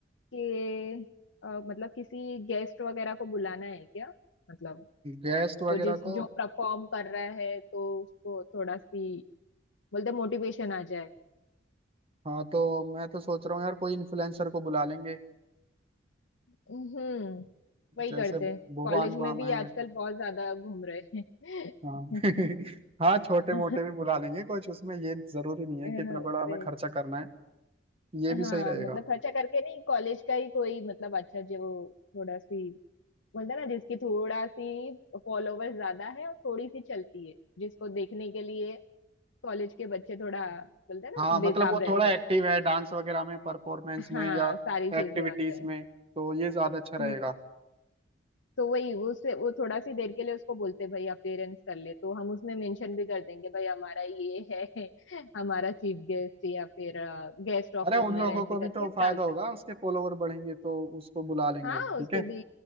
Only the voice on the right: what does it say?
गेस्ट वगैरह
को
हाँ तो मैं तो सोच रहा हूँ यार कोई इन्फ्लुएंसर को बुला लेंगे
जैसे
भुवन
बाम
है
हाँ <laughs>
हाँ छोटे
मोटे भी बुला लेंगे कुछ उसमें ये जरूरी नहीं
है कि इतना बड़ा हमें खर्चा करना है ये भी
सही रहेगा
हाँ
मतलब
वो
थोड़ा एक्टिव
है डांस वगैरह में परफॉर्मेंस में
या
एक्टिविटीज
में तो ये ज्यादा अच्छा रहेगा
अरे
उन लोगों
को
भी तो
फायदा
होगा उसके
फॉलोवर बढ़ेंगे तो उसको बुला लेंगे
ठीक
है